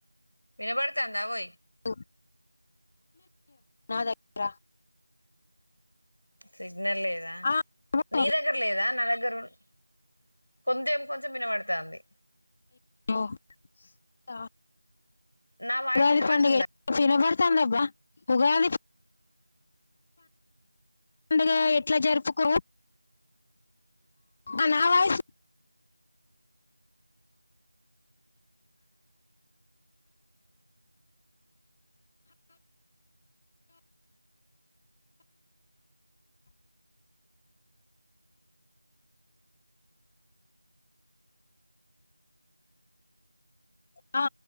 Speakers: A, on the left; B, on the left.
A: వినబడుతందా వోయి
B: <unintelligible> నా దగ్గర
A: సిగ్నల్ లేదా
B: ఆ వినబడుతోంది
A: నీ దగ్గర లేదా నా దగ్గర ఉన్ కొంతెం కొంచెం వినబడతంది
B: ఓ సా
A: నా వాయిస్
B: ఉగాది
A: వినబడుతుందా
B: పండగ చిన బడ్ తాంది ందబ్బా ఉగాది పండుగ ఎట్లా జరుపుకో ఆ నా వాయిస్ అ